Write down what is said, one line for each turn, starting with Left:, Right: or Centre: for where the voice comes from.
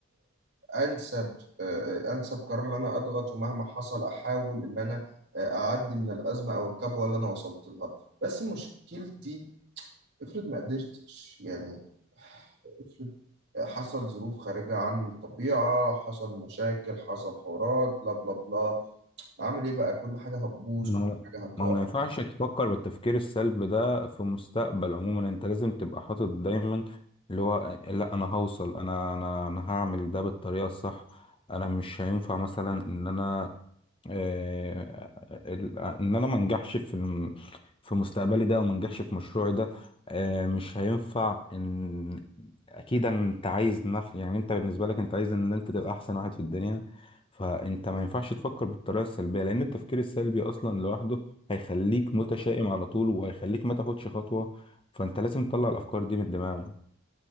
Right: آه، انسب آه، آه، انسب قرار ان انا اضغط ومهما حصل احاول ان انا آه، اعدي من الازمه او الكبوه اللي انا وصلت لها بس مشكلتي افرض ما قدرتش يعني افرض حصل ظروف خارجة عن الطبيعة حصل مشاكل حصل حوارات بلا بلا بلا اعمل ايه بقى كل حاجه هتبوظ
Left: ما هو
Right: كل حاجه هتقع
Left: ما هو ما ينفعش تفكر بالتفكير السلبي ده في مستقبل عموما انت لازم تبقى حاطط دايما اللي هو لا انا هوصل انا انا انا هعمل ده بالطريقه الصح انا مش هينفع مثلا ان انا آه، ال- ان انا ما انجحش في الم- في مستقبلي ده او ما انجحش في مشروعي ده آه، مش هينفع ان اكيد انت عايز نف... يعني انت بالنسبه لك انت عايز ان انت تبقى احسن واحد في الدنيا فانت ما ينفعش تفكر بالطريقه السلبيه لان التفكير السلبي اصلا لوحده هيخليك متشائم على طول وهيخليك ما تاخدش خطوه فانت لازم تطلع الافكار دي من دماغك